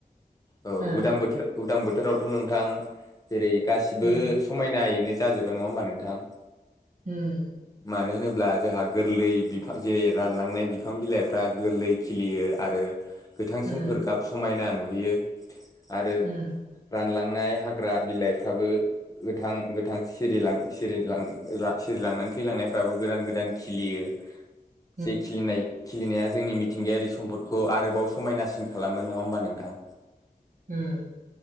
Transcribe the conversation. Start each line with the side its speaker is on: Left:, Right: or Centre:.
Left: औ
Right: ओ
Left: उदां बोथोर उदां बोथोरावथ' नोंथां जेरै गासिबो
Right: उम
Left: समायनायैनो जाजोबो नङा होमबा नोंथां?
Right: उम
Left: मानो होनोब्ला जोंहा गोरलै बिफां जेरै रानलांनाय बिफां बिलाइफ्रा गोरलै खिलियो आरो गोथां
Right: उम
Left: सोमखोर गाब समायना नुहैयो आरो
Right: उम
Left: रानलांनाय हाग्रा बिलाइफ्राबो गोथां गोथां सिरिलां सिरिलां ला सिरिलांनानै थैलांनायफ्राबो गोदान गोदान खिलियो।
Right: <inaudible>
Left: जे खिलिनाय खिलिनाया जोंनि मिथिंगायारि सम्पद खौ आरोबाव समायनासिन खालामो नङा होमबा नोंथां?
Right: ओम